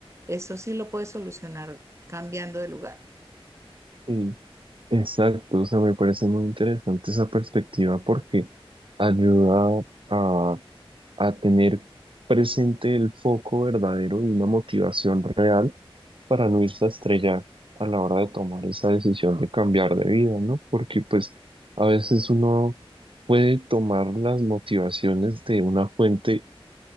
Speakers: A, on the right (about 30°); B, on the right (about 60°).
A: eso sí lo puedes solucionar cambiando de lugar.
B: sí, exacto, o sea, me parece muy interesante esa perspectiva porque ayuda a, a tener presente el foco verdadero y una motivación real para no irse a estrellar a la hora de tomar esa decisión de cambiar de vida, ¿no? Porque pues a veces uno puede tomar las motivaciones de una fuente